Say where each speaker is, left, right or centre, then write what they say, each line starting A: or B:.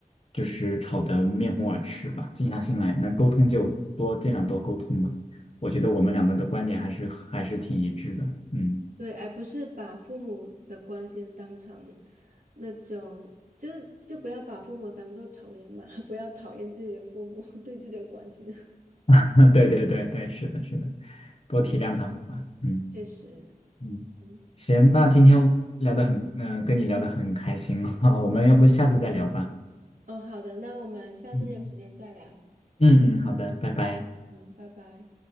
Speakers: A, on the left (about 45°); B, on the right (about 70°).
A: 就是吵得面红耳赤吧，静下心来，能沟通就多尽量多沟通吧。我觉得我们两个的观点还是还是挺一致的，嗯。
B: 对，而不是把父母的关心当成那种，就就不要把父母当做仇人嘛，<laughs> 不要讨厌自己的父母 <laughs> 对自己的关心。<laughs>
A: <laughs> 嗯，对对对对，是的，是的，多体谅他们吧。
B: 嗯
A: 嗯
B: 确实，
A: 嗯，
B: 嗯，
A: 行，那今天聊得很，嗯、跟你聊得很开心 <laughs> 我们要不下次再聊吧。
B: 哦，好的，那我们下次有时间再聊，
A: 嗯嗯嗯，好的，拜拜。
B: 嗯，拜拜。